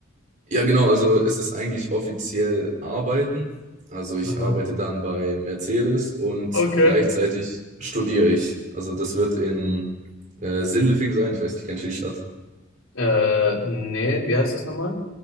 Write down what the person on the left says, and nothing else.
Aha.
Okay.
Äh, nee, wie heißt das nochmal?